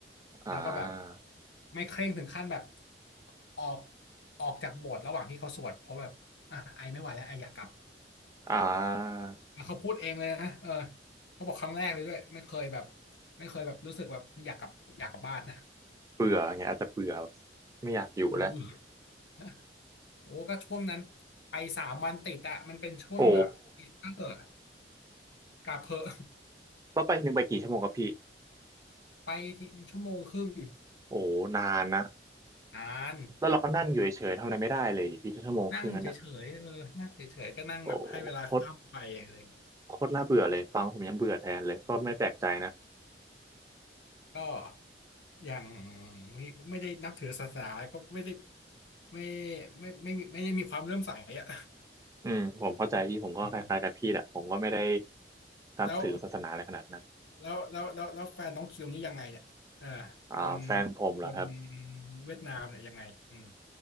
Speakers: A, on the right (about 20°); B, on the left (about 80°).
A: อ่า
B: แล้วก็แบบไม่เคร่งถึงขั้นแบบออกออกจากโบสถ์ระหว่างที่เขาสวดเพราะแบบอ่ะไอไม่ไหวแล้วไออยากกลับ
A: อ่า
B: แล้วเขาพูดเองเลยนะเออเขาบอกครั้งแรกเลยด้วยไม่เคยแบบไม่เคยแบบรู้สึกแบบอยากกลับอยากกลับบ้าน <laughs> นะ
A: เบื่อไงอาจจะเบื่อ
B: อืม
A: ไม่อยากอยู่แล้ว
B: เบื่อ <laughs> โอ้ก็ช่วงนั้นไปสามวันติดอะมันเป็นช่วงแบบอิสเตอร์
A: โอ้
B: กลับเพอะ
A: ว่าไปหนึ่งไปกี่ชั่วโมงกับพี่
B: ไปที่ชั่วโมงครึ่ง
A: โอ้นานนะ
B: นาน
A: แล้วเราก็นั่งอยู่เฉยๆทำอะไรไม่ได้เลยดิพี่ชั่วโมงครึ่งนั้นนะ
B: นั่งเฉยๆเออนั่งเฉยๆก็นั่งแบบให้เวลาข้ามไปอะไรอย่างเงี้ย
A: โอ้โคตรโคตรน่าเบื่อเลยฟังผมยังเบื่อแทนเลยก็ไม่แปลกใจนะ
B: ก็อย่างไม่ไม่ได้นับถือศาสนาก็ไม่ได้ไม่ไม่ไม่ไม่ไม่ได้มีความเลื่อมใสอ่ะ
A: อืมผมเข้าใจพี่ผมก็คล้ายๆกับพี่แหละผมก็ไม่ได้
B: <laughs> อืม
A: นับถือศาสนาอะไรขนาดนั้น
B: แล้วแล้วแล้วแล้วแล้วแฟนน้องคิวนี่ยังไงเนี่ยเออ
A: อ่าแฟนผมเหรอครับ
B: คนคนเวียดนามเนี่ยยังไงอืม